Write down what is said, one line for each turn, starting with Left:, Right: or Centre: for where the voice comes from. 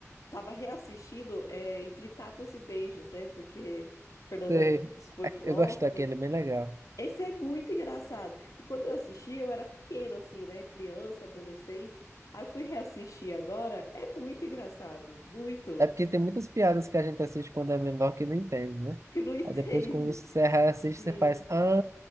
Left: tava reassistindo é, Entre Tapas e Beijos, né? Porque Fernanda
Right: Sei.
Left: Torres foi
Right: A-
Left: pro
Right: Eu
Left: Oscar.
Right: gosto daquele, é bem legal.
Left: Esse é muito engraçado. E quando eu assisti, eu era pequena, assim, né? Criança, adolescente. Aí eu fui reassistir agora. É muito engraçado. Muito.
Right: É porque tem muitas piadas que a gente assiste quando é menor que não entende, né?
Left: Que não entende.
Right: Aí depois, quando você se assiste,
Left: <laughs> Sim.
Right: você faz. Ah,